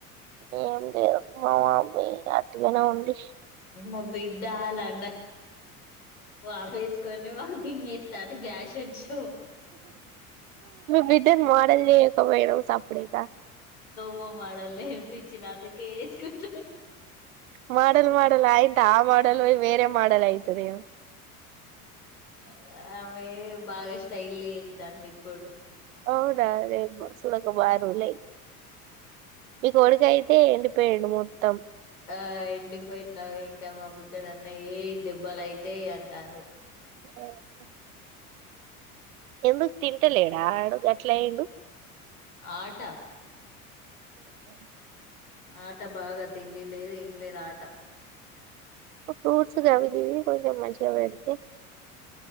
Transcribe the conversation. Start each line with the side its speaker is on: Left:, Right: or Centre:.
Right: ఏం లేదు మామ బై అట్టిగనే ఉంది
Left: మా బిడ్డాలన్న ఆఫీస్ కొన్ని వాకింగ్ చేత్తంది బ్యాషన్ షో
Right: బిడ్డని మోడల్ చేయకపోయినవ్ సప్పుడేక
Left: వ మోడల్ నీర్పిచ్చిన అందుకె ఏసుకుటుంది
Right: మోడల్ మోడల్ ఆయింత ఆ మోడళ్ పోయి వేరే మోడల్ అయితదేమో
Left: ఆ ఆమె బాగా స్టైలు చెత్తాంది ఇప్పుడు
Right: అవునా రే సూడక బాగ రోలు అయి మీ కొడుకయితే ఎండిపోయిండు మొత్తం
Left: ఆ ఎండిపోయిండు అవ్ ఇంక మా బిడ్డ నన్నే ఏయ్ దెబ్బలయితయి అంటాంది.
Right: ఓహొ ఎందుక్ తింటలేడా ఆడు గట్లయిండు
Left: ఆట
Right: ఓహొ
Left: ఆట బాగా తిండి లేదు ఏం లేదు ఆట
Right: ఫ్రూట్స్ గవిగివి కొంచెం మంచిగ పెడితే